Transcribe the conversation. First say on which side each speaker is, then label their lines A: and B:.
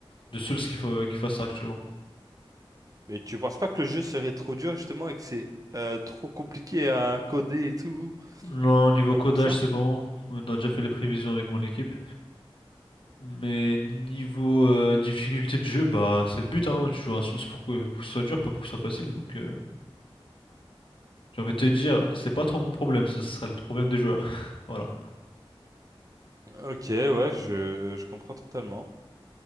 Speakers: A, on the left; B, on the right.
A: de Souls qu'il faut, qu'il fasse ça actuellement.
B: Mais tu penses pas que le jeu serait trop dur justement et que c'est euh, trop compliqué à coder et tout
A: Non, niveau
B: euh,
A: codage,
B: pour ça?
A: c'est bon. On a déjà fait les prévisions avec mon équipe. Mais niveau euh, difficulté de jeu, bah c'est le but, hein. Tu joues à un Souls pour que, pour que ce soit dur, pas pour que ce soit facile. Donc, euh, j'ai envie de te dire, c'est pas trop mon problème. Ce sera le problème des joueurs. <laughs> Voilà.
B: Ok, ouais, je, je comprends totalement.